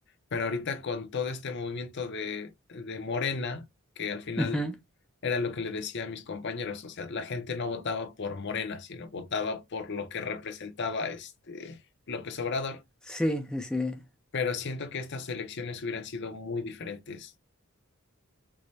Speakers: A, on the left (about 55°); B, in the centre.
A: pero ahorita con todo este movimiento de, de Morena, que al final
B: ujú,
A: era lo que le decía a mis compañeros, o sea, la gente no votaba por Morena, sino votaba por lo que representaba este López Obrador,
B: Sí, sí, sí,
A: pero siento que estas elecciones hubieran sido muy diferentes.